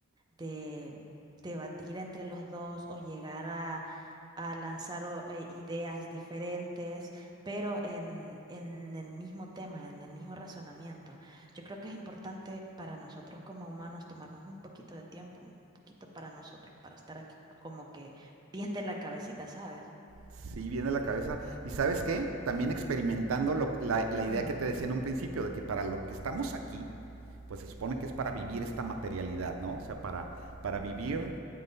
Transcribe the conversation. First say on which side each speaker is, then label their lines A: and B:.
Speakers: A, on the right; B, on the right.
A: de debatir entre los dos o llegar a, a lanzar o- eh, ideas diferentes, pero en, en el mismo tema, en el mismo razonamiento. Yo creo que es importante para nosotros como humanos tomarnos un poquito de tiempo, un poquito para nosotros, para estar aquí como que bien de la cabecita, ¿sabes?
B: Sí, viene a la cabeza. ¿Y sabes qué? También experimentando lo- la, la idea
A: Mm,
B: que te decía en un principio, de que para lo que estamos aquí, pues se supone que es para vivir esta materialidad, ¿no? O sea, para, para vivir